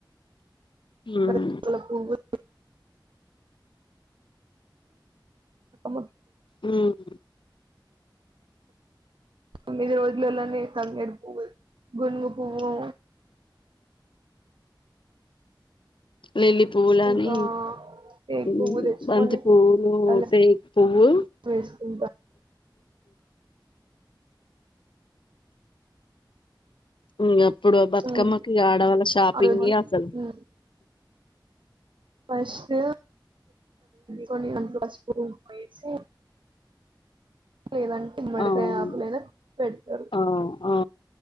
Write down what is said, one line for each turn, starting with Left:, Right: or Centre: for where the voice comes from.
Left: ఉమ్
Right: రేకుల పువ్వులు అమ్మ
Left: ఉమ్
Right: తొమ్మిది రోజులలోనే తంగేరు పువ్వు గునుగు పువ్వు
Left: లిల్లీ పువ్వులు అని
Right: ఇంకా టేకు
Left: ఉమ్
Right: పువ్వు తెచ్చుకొని
Left: బంతి పువ్వులు
Right: కలసి
Left: పేక్ పువ్వు
Right: వేసుకుంటాం
Left: మ్మ్ అప్పుడు బతుకమ్మకి
Right: ఉమ్
Left: ఇంగ ఆడవళ్ల షాపింగే
Right: ఆ రోజు
Left: అసలు
Right: ఉమ్ ఫస్ట్ కొన్ని అంట పసుపు కుంకుమ యేసి లేదంటే ఉమ్మడికాయ
Left: అవును
Right: ఆకులైనా పెడతారు
Left: ఆ ఆ